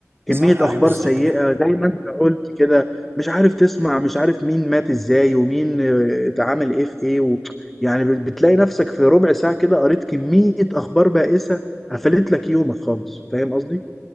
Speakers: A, in the centre; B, on the right.
A: كمية
B: صح اي
A: اخبار
B: بالظبط
A: سيئة
B: كده
A: زي ما انت قلت كده مش عارف تسمع مش عارف مين مات ازاي ومين آه، اتعامل ايه في ايه و... يعني بت- بتلاقي نفسك في ربع ساعة كده قريت كمية اخبار بائسة قفلت لك يومك خالص فاهم قصدي؟